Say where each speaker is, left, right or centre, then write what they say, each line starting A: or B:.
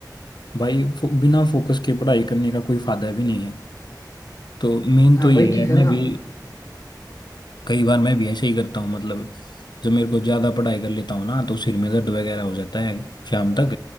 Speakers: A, on the left; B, on the left.
A: भाई फो, बिना फोकस के पढ़ाई करने का कोई फायदा भी नहीं है तो मेन
B: हाँ
A: तो
B: वही
A: ये
B: चीज
A: है
B: है
A: मैं
B: ना
A: भी कई बार मैं भी ऐसे ही करता हूँ मतलब जब मेरे को ज़्यादा पढ़ाई कर लेता हूँ ना तो सिर में दर्द वगैरह हो जाता है शाम तक